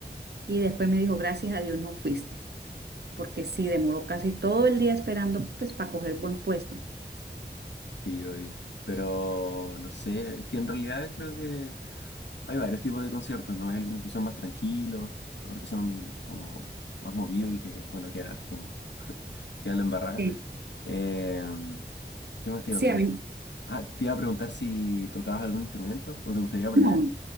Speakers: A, on the right (about 70°); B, on the left (about 85°).
A: Y después me dijo, gracias a Dios no fuiste, porque sí, demoró casi todo el día esperando, pues, para coger buen puesto.
B: sí, obvio. Pero no sé, es que en realidad creo que Hay varios tipos de conciertos, ¿no? Hay algunos que son más tranquilos, otros que son como más movidos y que, bueno, quedas como, <laughs> quedas la embarrada.
A: Sí,
B: Eh, ¿qué más te
A: sí,
B: iba a preguntar?
A: a mí,
B: Ah, te iba a preguntar si tocabas algún instrumento o te gustaría aprender.
A: No,